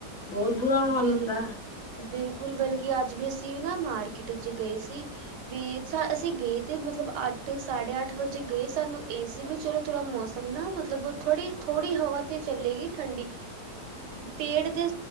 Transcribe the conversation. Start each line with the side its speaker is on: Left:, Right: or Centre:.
Left: ਬਹੁਤ ਬੁਰਾ ਹਾਲ
Right: ਬਿਲ
Left: ਹੁੰਦਾ
Right: ਬਿਲਕੁਲ ਬਲਕਿ ਅੱਜ ਵੀ ਅਸੀਂ ਵੀ ਨਾ ਮਾਰਕੀਟ ਚ ਗਏ ਸੀ ਵੀ ਅਸੀਂ ਗਏ ਤੇ ਮਤਲਬ ਅੱਠ ਸਾਢੇ ਅੱਠ ਵਜੇ ਗਏ ਸਾਨੂੰ ਏ ਸੀ ਵੀ ਚਲੋ ਥੋੜਾ ਮੌਸਮ ਨਾ ਮਤਲਬ ਥੋੜੀ ਥੋੜੀ ਹਵਾ ਤੇ ਚੱਲੇਗੀ ਠੰਡੀ ਪੇੜ ਦੇ